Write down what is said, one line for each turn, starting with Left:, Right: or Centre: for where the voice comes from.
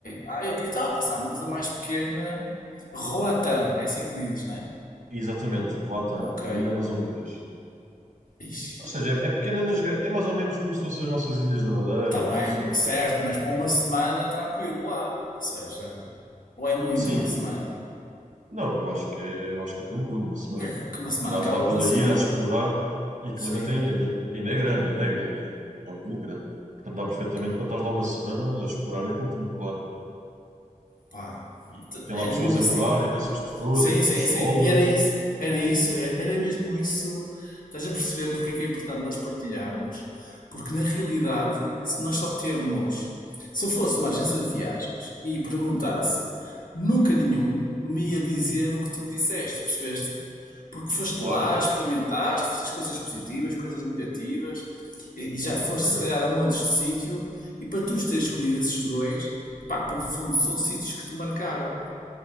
Left: Ah, ok. Estava a pensar uma coisa mais pequena. Rota, é assim que dizes, não é?
Right: Exatamente, Roatán.
Left: Ok.
Right: É uma ilha nas Honduras.
Left: Ixi,
Right: Ou seja, é, é pequena, mas gra- é mais ou menos como se fossem as nossas ilhas da Madeira
Left: está
Right: ou
Left: bem,
Right: dos Açores.
Left: certo, mas para uma semana tranquilo lá. Ou seja, ou é muito
Right: Sim.
Left: uma semana?
Right: Não, eu acho que é, eu acho que é tranquilo, uma semana.
Left: É Que uma semana
Right: Andas
Left: acaba
Right: lá
Left: com
Right: pela
Left: uma semana.
Right: ilha a explorar e aquilo
Left: Sim,
Right: ainda tem, ainda ainda é grande, ainda é grande a ilha. É um bocadinho grande. Portanto, dá perfeitamente
Left: ok.
Right: para estar lá uma semana a explorar aquilo tudo, claro.
Left: Pá,
Right: E
Left: t-
Right: tem
Left: era
Right: lá pessoas
Left: mesmo assim.
Right: a morar, imensas pessoas,
Left: Sim,
Right: aquilo tem
Left: sim,
Right: escolas,
Left: sim. E era isso, era isso, era era mesmo isso. Estás a perceber porque é que é importante nós partilharmos? Porque na realidade se nós só temos. Se eu fosse uma agência de viagens e perguntasse, nunca nenhum me ia dizer o que tu me disseste, percebeste? Porque foste
Right: Claro,
Left: lá, experimentaste, fizeste coisas positivas, coisas negativas, e e já foste
Right: exatamente.
Left: se calhar a montes de sítio, e para tu teres escolhido esses dois, pá, porque foram- são sítios que te marcaram.